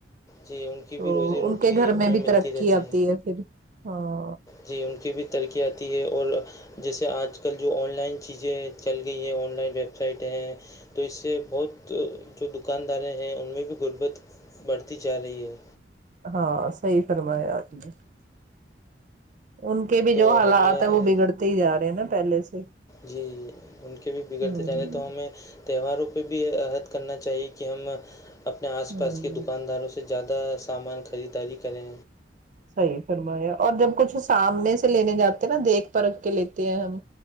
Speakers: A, on the left; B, on the right.
A: جی ان کی
B: تو
A: بھی روزی روٹی
B: ان کے گھر
A: انہیں
B: میں بھی
A: ملتی
B: ترقی
A: رہتی
B: آتی ہے پھر ہاں
A: جی ان کی بھی ترقی آتی ہے اور جیسے آج کل جو آن لائن چیزیں چل گئی ہیں آن لائن ویب سائٹیں ہیں تو اس سے بہت جو دکانداریں ہیں ان میں بھی غربت بڑھتی جا رہی ہے
B: ہاں صحیح فرمایا آپ نے ان کے بھی
A: تو
B: جو حالات
A: ہمیں
B: ہیں وہ بگڑتے ہی جا رہے ہیں نا پہلے سے
A: جی ان کے بھی بگڑتے
B: ہوں
A: چلے تو ہمیں تہواروں پہ بھی عہد کرنا چاہیے کہ ہم اپنے آس
B: ہوں
A: پاس کے دکانداروں سے زیادہ سامان خریداری کریں
B: صحیح فرمایا اور جب کچھ سامنے سے لینے جاتے نا دیکھ پرکھ کے لیتے ہیں ہم